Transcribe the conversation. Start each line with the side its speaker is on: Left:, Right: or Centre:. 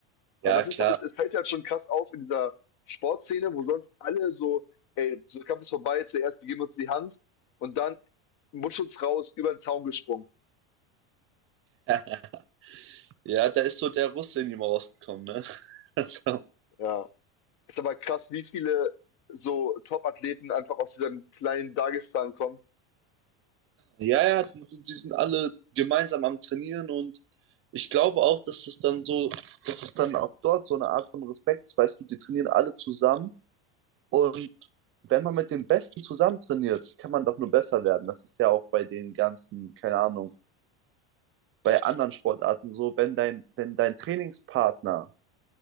Left: Aber
Right: Ja,
Left: das
Right: klar.
Left: ist halt, es fällt halt schon krass auf in dieser Sportszene, wo sonst alle so, ey, so Kampf ist vorbei, zuerst begeben wir uns die Hand und dann Mundschutz raus, über den Zaun gesprungen.
Right: <laughs> Ja, da ist so der Russe in ihm rausgekommen, ne? <laughs> Also,
Left: Ja, Ist aber krass, wie viele so Top-Athleten einfach aus diesem kleinen Dagestan kommen.
Right: ja, ja, die, die die sind alle gemeinsam am Trainieren und ich glaube auch, dass das dann so, dass das dann auch dort so eine Art von Respekt ist, weißt du, die trainieren alle zusammen und wenn man mit den Besten zusammen trainiert, kann man doch nur besser werden. Das ist ja auch bei den ganzen, keine Ahnung, bei anderen Sportarten so, wenn dein, wenn dein Trainingspartner